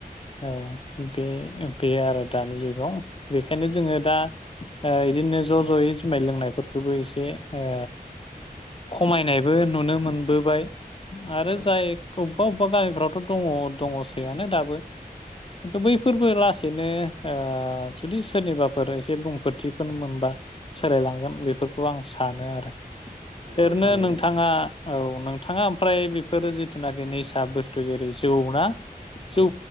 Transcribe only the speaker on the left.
औ बे बे आरो दानि जुगाव बेखायनो जोङो दा ओ इदिनो ज' ज'यै जुमाय लोंनायफोरखौबो एसे ओ खमायनायबो नुनो मोनबोबाय आरो
जाय अबेबा अबेबा <unintelligible> दङ दङसैयानो दाबो खिन्थु बैफोरबो लासैनो ओ जुदि सोरनिबाफोर एसे बुंफोर थिफोर मोनबा सोलायलांगोन बेफोरखौ आं सानो आरो
ओरैनो
नोंथाङा औ नोंथाङा ओमफ्राय बेफोर जिथुनाखि निसा बुस्थु जेरै जौ ना
जौ